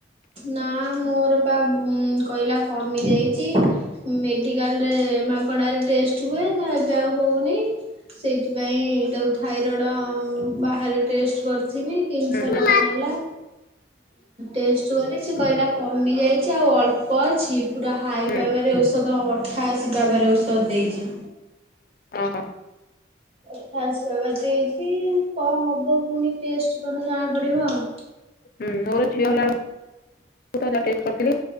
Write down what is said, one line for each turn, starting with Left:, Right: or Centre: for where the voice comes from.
Right: ନା ମୋର ପା କହିଲା କମି ଯାଇଛି। ମେଡ଼ିକାଲରେ ମାଗଣାରେ ଟେଷ୍ଟ ହୁଏ। ତ ଏବେ ଆଉ ହଉନି। ସେଇଥିପାଇଁ ତାକୁ ଥାଇରଏଡ଼ ବାହାରେ। ଟେଷ୍ଟ କରି ତିନିଶହ
Left: ହୁଁ ହୁଁ
Right: ଟଙ୍କା ନେଲା। ଟେଷ୍ଟ ଚୁଆଲେ ସେ କହିଲା କମି ଯାଇଛି। ଆଉ ଅଳ୍ପ ଅଛିିପୁରା ହାଇ
Left: ହୁଁ
Right: ପାୱାରେ ଔଷଧ ଆଠାଷୀ ପୟରରେ ଔଷଧ ଦେଇଛି।
Left: ଓହୋ
Right: ଏଠ ଆସବା ଦେଇଛି କ'ଣ ହବ ପୁଣି ଟେଷ୍ଟ କଲେ ଜଣା ପଡିବ ଆଉ।
Left: ହୁ ମୋ ଝିଅ ହେଲା ବେଳ କୁ <unintelligible> ଟେଷ୍ଟ କରିଥିଲି।